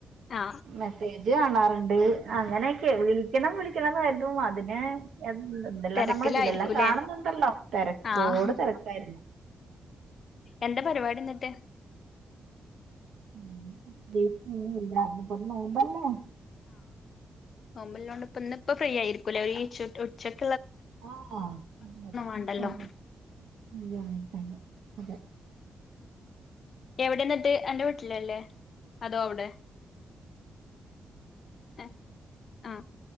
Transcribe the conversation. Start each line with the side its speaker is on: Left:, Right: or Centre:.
Left: ആ
Right: മെസ്സേജ് കാണാറുണ്ട് അങ്ങനെയൊക്കെ വിളിക്കണം വിളിക്കണം എന്നായിരുന്നു അതിന് എ എന്തെല്ലാം
Left: തിരക്കിലായിരിക്കൂല്ലേ
Right: നമ്മൾ ഇതിലെല്ലാം കാണുന്നുണ്ടല്ലോ തിരക്കോട്
Left: ആഹ്
Right: തിരക്കായിരുന്നു
Left: എന്താ പരിപാടി എന്നിട്ട്
Right: <unintelligible>
Left: നോമ്പലോണ്ട് ഇപ്പ ഇന്നിപ്പോ ഇപ്പൊ ഫ്രീ ആയിരിക്കൂല്ലേ ഒരു ഉ <inaudible>
Right: ആ <unintelligible>
Left: വേണ്ടല്ലോ
Right: <unintelligible>
Left: എവിടെ നിന്നിട്ട് എന്റെ വീട്ടിലല്ലേ അതോ അവിടെ അ ആ